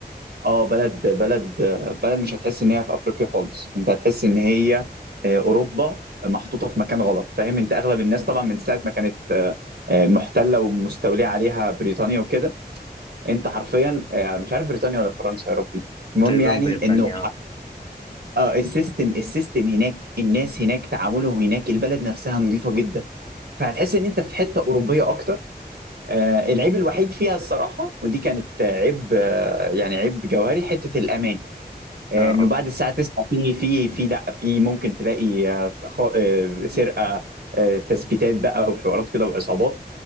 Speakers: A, on the right; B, on the left.
A: آه بلد بلد بلد مش هتحس إن هي في أفريقيا خالص أنت هتحس إن هي آه، أوروبا محطوطة في مكان غلط فاهم أنت أغلب الناس طبعا من ساعة ما كانت آه، آه، محتلة ومستولية عليها بريطانيا وكده أنت حرفيا آه، مش عارف بريطانيا ولا فرنسا يا ربي المهم
B: تقريبا
A: يعني
B: بريطانيا
A: انه
B: اه
A: اه السيستم السيستم هناك الناس هناك تعاملهم هناك البلد نفسها نظيفة جدا فهتحس ان انت في حتة أوروبية اكتر آه العيب الوحيد فيها الصراحة ودي كانت آه، عيب آه يعني عيب جوهري حتة الأمان آه
B: اه
A: انه بعد الساعة 9 في في في لا في ممكن تلاقي آه خ- آه، سرقة آه تثبيتات بقى وحوارات كده وعصابات